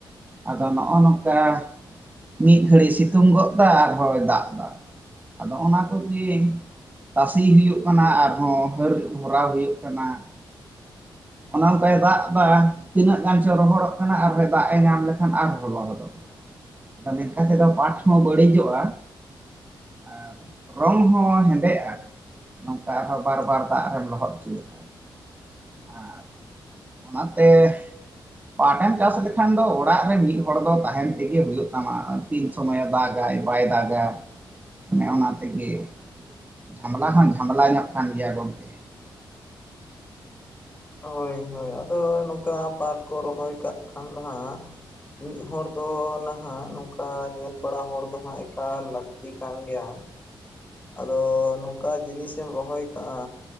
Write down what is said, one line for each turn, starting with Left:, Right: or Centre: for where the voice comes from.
Right: ᱟᱫᱚ ᱱᱚᱜᱼᱚ ᱱᱚᱝᱠᱟ ᱢᱤᱫ ᱜᱷᱟᱹᱲᱤᱡ ᱥᱤᱛᱩᱝ ᱜᱚᱫ ᱫᱟ ᱟᱨ ᱦᱚᱸᱭ ᱫᱟᱜ ᱫᱟ ᱾ ᱟᱫᱚ ᱚᱱᱟ ᱠᱚᱜᱤ ᱛᱟᱥᱤᱭ ᱦᱩᱭᱩᱜ ᱠᱟᱱᱟ ᱟᱨᱦᱚᱸ ᱦᱟᱹᱨ ᱵᱷᱚᱨᱟᱣ ᱦᱩᱭᱩᱜ ᱠᱟᱱᱟ ᱾ ᱚᱱᱮ ᱚᱱᱠᱟᱭ ᱫᱟᱜ ᱫᱟ ᱛᱤᱱᱟᱹᱜ ᱜᱟᱱ ᱪᱚ ᱨᱚᱦᱚᱲᱚᱜ ᱠᱟᱱᱟ ᱟᱨᱦᱚᱭᱸ ᱫᱟᱜ ᱮ ᱧᱟᱢ ᱞᱮᱠᱷᱟᱱ ᱟᱨ ᱦᱚᱸ ᱞᱚᱦᱚᱫ
Left: <inaudible>
Right: ᱟᱫᱚ ᱱᱮᱠᱟ ᱛᱮᱫᱚ ᱯᱟᱴ ᱦᱚᱸ ᱵᱟᱹᱲᱤᱡᱚᱜᱼᱟ ᱟᱨ ᱨᱚᱝ ᱦᱚᱸ ᱦᱮᱸᱫᱮᱜᱼᱟ ᱱᱚᱝᱠᱟ ᱟᱨᱦᱚᱸ ᱵᱟᱨ ᱵᱟᱨ ᱫᱟᱜ ᱨᱮᱢ ᱞᱚᱦᱚᱫ ᱦᱚᱪᱚ ᱞᱮᱠᱷᱟᱱ ᱟᱨ ᱚᱱᱟᱛᱮ ᱯᱟᱴᱮᱢ ᱪᱟᱥ ᱞᱮᱠᱷᱟᱱ ᱫᱚ ᱚᱲᱟᱜ ᱨᱮ ᱢᱤᱫ ᱦᱚᱲ ᱫᱚ ᱛᱟᱦᱮᱸᱱ ᱛᱮᱜᱮ ᱦᱩᱭᱩᱜ ᱛᱟᱢᱟ ᱾ ᱛᱤᱱ ᱥᱚᱢᱚᱭᱮ ᱫᱟᱜᱟᱭ ᱵᱟᱭ ᱫᱟᱜᱟ ᱚᱱᱮ ᱚᱱᱟ ᱛᱮᱜᱮ ᱡᱷᱟᱢᱞᱟ ᱦᱚᱸ ᱡᱷᱟᱢᱞᱟ ᱧᱚᱜ ᱠᱟᱱ ᱜᱮᱭᱟ ᱜᱚᱝᱠᱮ
Left: ᱦᱳᱭ ᱦᱳᱭ ᱟᱫᱚ ᱱᱚᱝᱠᱟ ᱯᱟᱴ ᱠᱚ ᱨᱚᱦᱚᱭ ᱠᱟᱜ ᱠᱷᱟᱱ ᱫᱚ ᱦᱟᱸᱜ ᱢᱤᱫ ᱦᱚᱲ ᱫᱚ ᱱᱟᱦᱟᱜ ᱱᱚᱝᱠᱟ ᱧᱮᱞ ᱵᱟᱲᱟ ᱦᱚᱲ ᱫᱚ ᱦᱟᱸᱜ ᱮᱠᱟᱞ ᱞᱟᱹᱠᱛᱤ ᱠᱟᱱ ᱜᱮᱭᱟ ᱾ ᱟᱫᱚ ᱱᱚᱝᱠᱟ ᱡᱤᱱᱤᱥᱮᱢ ᱨᱚᱦᱚᱭ ᱠᱟᱜᱼᱟ